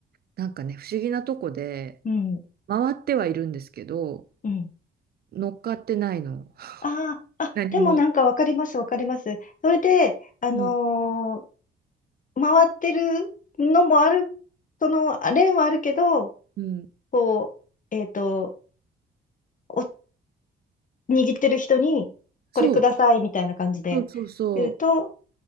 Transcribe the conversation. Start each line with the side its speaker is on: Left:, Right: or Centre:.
Right: なんかね、不思議なとこで、
Left: うん。
Right: 回ってはいるんですけど、
Left: うん。
Right: 乗っかってないの。
Left: ああ、あ、
Right: 何も。
Left: でもなんかわかります、わかります。それで、あのー
Right: うん。
Left: 回ってるのもある、その、あレーンはあるけど、
Right: うん。
Left: こう、えっと、お、握ってる人に、
Right: そう。
Left: これくださいみたいな感じで言うと、
Right: そうそうそ